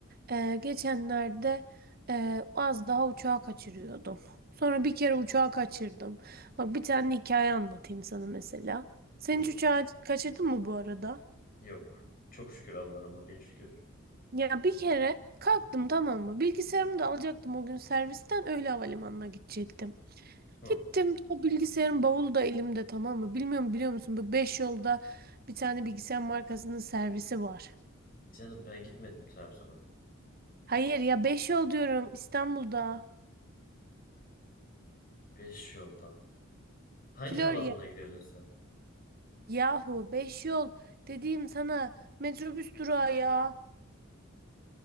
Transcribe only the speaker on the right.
e, geçenlerde e, az daha uçağı kaçırıyordum. Sonra bir kere uçağı kaçırdım. Bak bir tane hikaye anlatayım sana mesela. Sen
hiç uçağı kaçırdın mı bu arada?
Ya bir kere kalktım tamam mı? Bilgisayarımı da alacaktım o gün servisten öyle havalimanına gidecektim.
Gittim o bilgisayarın bavulu da elimde tamam mı? Bilmiyorum biliyor musun bu 5 yolda bir tane bilgisayar markasının servisi var.
Hayır ya 5 yol diyorum İstanbul'da.
Florya.
Yahu 5 yol dediğim sana metrobüs durağı ya.